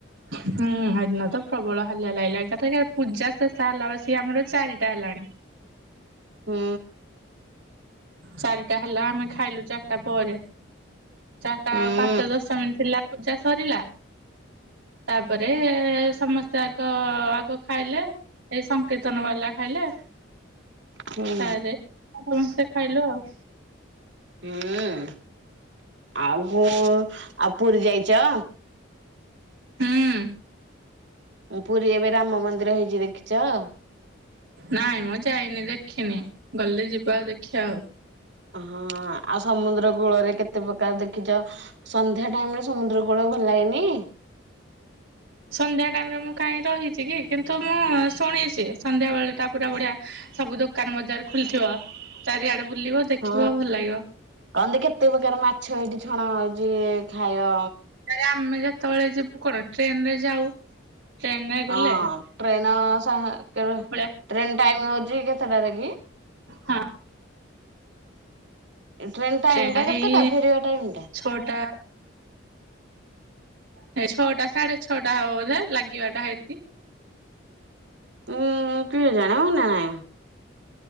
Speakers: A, on the right; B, on the right.
A: ହୁଁ ହେଦିନ ତ ପ୍ରବଳ ହାଲିଆ ଲାଗିଲା ଏକାଥରକେ ପୂଜା ଶେଷ ହେଲା ବଳିକିସି ଆମର ଚାରିଟା ହେଲାଣି।
B: ହୁଁ।
A: ଚାରିଟା ହେଲା ଆମେ ଖାଇଲୁ ଚାରିଟା ପରେ। ଚାରିଟା
B: ହୁଁ
A: ଆଉ ପାଞ୍ଚଟା ଦଶ ମିନିଟ ହେଲା ପୂଜା ସରିଲା। ତାପରେ ସମସ୍ତେ ଆଗ ଆଗ ଖାଇଲେ ଏଇ କୀର୍ତ୍ତନ ବାଲା ଖାଇଲେ
B: ହୁଁ
A: ତାରେ ସମସ୍ତେ ଖାଇଲୁ ଆଉ।
B: ହୁଁ ଆଉ ଆଉ ପୁରୀ ଯାଇଛ?
A: ହୁଁ।
B: ପୁରୀ ଏବେ ରାମ ମନ୍ଦିର ହେଇଛି ଦେଖିଛ?
A: ନାଇଁ ମ ଯାଇନି ଦେଖିନି ଗଲେ ଯିବା ଆଉ ଦେଖିବା ଆଉ।
B: ହଁ ଆଉ ସମୁଦ୍ର କୂଳରେ କେତେ ପ୍ରକାର ଦେଖିଛ? ସନ୍ଧ୍ୟା ଟାଇମରେ ସମୁଦ୍ର କୂଳ ଭଲ ଲାଗେନି?
A: ସନ୍ଧ୍ୟା ଟାଇମରେ ମୁଁ କାଇଁ ରହିଛି କି କିନ୍ତୁ ମୁଁ ଶୁଣିଛି ସନ୍ଧ୍ୟା ବେଳେ ଟା ପୁରା ବଢିଆ ସବୁ ଦୋକାନ ବଜାର ଖୁଲିଥିବ ଚାରିଆଡେ ବୁଲିବ ଦେଖିବ
B: ହଁ
A: ଭଲ ଲାଗିବ
B: କହନ୍ତି କେତେ ପ୍ରକାର ମାଛ ହେଇଠି ଛଣା ହଉଛି ଖାଇବ।
A: ଏରେ ଆମେ ଯେତେବେଳେ ଯିବୁ କଣ ଟ୍ରେନ ରେ ଯାଉ ଟ୍ରେନ ରେ
B: ହଁ
A: ଗଲେ
B: ଟ୍ରେନ ଶହେ ଟ୍ରେନ
A: ପଳେଇ
B: ଟାଇମ ହଉଛି କେତେଟା ରେ କି?
A: ହଁ।
B: ଟ୍ରେନ ଟାଇମ
A: ଟ୍ରେନଟା
B: ଟା
A: ହେଇ
B: କେତେଟା ଫେରିବା ଟାଇମ ଟା
A: ଛଅଟା ହେଇ ଛଅଟା ସାଢେ ଛଅଟା ହବ ବୋଧେ ଲାଗିବା ଟା ହେଇକି
B: ଉଁ କେଜାଣି ମନେ ନାଇ।